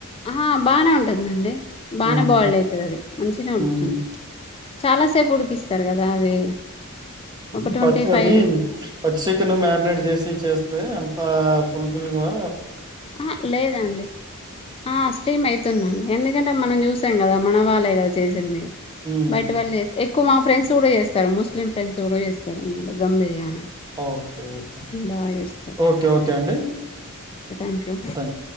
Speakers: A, on the left (about 25°); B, on the right (about 20°).
A: ఆహా బానే ఉంటుందండి. బాగానే
B: హ్మ్.
A: బాయిల్డ్ అవుతది. అది మంచినే ఉడుకుతుంది.
B: హ్మ్.
A: చాలా సేపు ఉడికిస్తారు కదా అవి ఒక
B: ఉ
A: ట్వంటీ
B: పచ్చి
A: ఫైవ్
B: అది పచ్చి చికెన్ మ్యారినేట్ చేసి చేస్త స్తే అంత ఫుల్ ఫిల్గా
A: ఆహా లేదండి ఆ స్ట్రీమ్ అయి తుందండి ఎందుకంటే మనం చూసాం కదా మన వాళ్ళ ఇయల చేసింది
B: హ్మ్.
A: బైట్ వాళ్ళు చేస్తే ఎక్ క్కువ మా ఫ్రెండ్స్ కూడా చేస్తారు. ముస్లిం ఫ్రెండ్స్ కూడా చేస్తారు. అన్న మాట దమ్ బిర్యానీ
B: ఓకే ఓకే
A: బాగా చేస్తారు
B: ఓకే ఓకే అండి
A: ఓకే థ్యాంక్యూ
B: థాంక్స్.